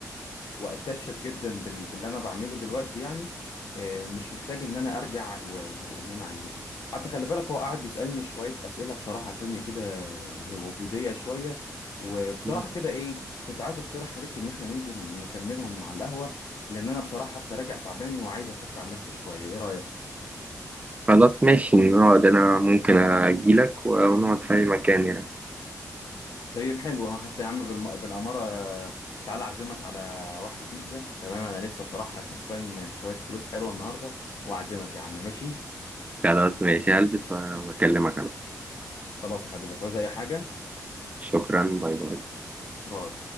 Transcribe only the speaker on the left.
واتاتشد جدا بال- باللي انا بعمله دلوقتي يعني آه، ومش محتاج ان انا ارجع و- وان انا اعيده حتى خلي بالك هو قعد يسالني شويه اسئله بصراحه تانية كده آه، وجوديه شويه وبصراحه
كده ايه كنت عايز اقترح عليك ان احنا ننزل نكملهم على القهوة لان انا بصراحة حتى راجع تعبان وعايز افك عن نفسي شوية ايه رأيك
طيب حلو ها، حتى يا عم بالم... بالأمارة آه، تعالى اعزمك على واحدة بيتزا تمام انا لسه بصراحة كسبان شوية فلوس حلوة النهاردة واعزمك يا عم ماشي
خلاص يا حبيبي تعوز اي حاجة
باي